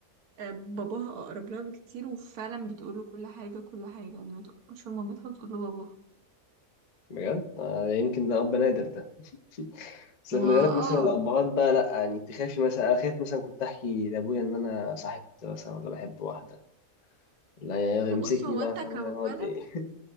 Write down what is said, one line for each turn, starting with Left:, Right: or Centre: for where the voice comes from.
Right: آه، باباها أقرب لها بكتير وفعلا بتقول له كل حاجة كل حاجة يعني ما تقولش لمامتها وتقول له باباها
Left: بجد آه، يمكن ده أب نادر ده <laughs> بس
Right: ما
Left: في الغالب مثلا
Right: اه
Left: الأبهات بقى لأ يعني تخافي مثلا أنا خايف مثلا كنت أحكي لأبويا إن أنا صاحبت مثلا ولا بحب واحدة لا ي- يمسكني
Right: بص هو
Left: بقى
Right: أنت
Left: فاهمة
Right: كولد
Left: يقعد إيه <laughs>